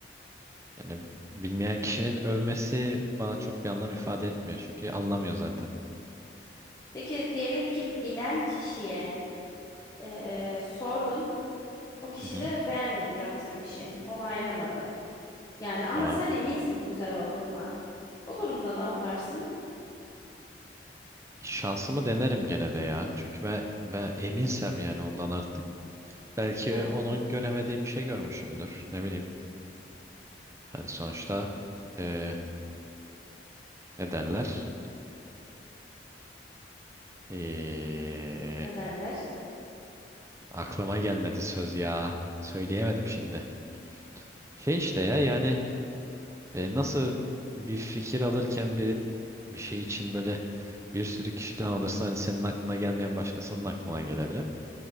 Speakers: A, on the right (about 15°); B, on the left (about 20°).
A: yani bilmeyen kişinin övmesi bana çok bir anlam ifade etmiyor. Çünkü anlamıyor zaten.
B: Peki diyelim ki bilen kişiye eee, sordun. O kişi
A: Hı hı.
B: de beğenmedi yaptığın işi. Onaylamadı. Yani ama
A: Tamam.
B: sen eminsin güzel olduğuna. O durumda ne yaparsın?
A: Şansımı denerim gene de ya. Çünkü ben, ben eminsem yani ondan artık. Belki
B: Aha,
A: onun göremediği bir şey görmüşümdür. Ne bileyim. Hani sonuçta e, ne derler? Ee,
B: ne derler?
A: aklıma gelmedi söz ya. Söyleyemedim şimdi. Şey işte
B: Hmm,
A: ya yani e, nasıl bir fikir alırken bir bir şey için böyle bir sürü kişiden alırsan hani senin aklına gelmeyen başkasının aklına gelebilir.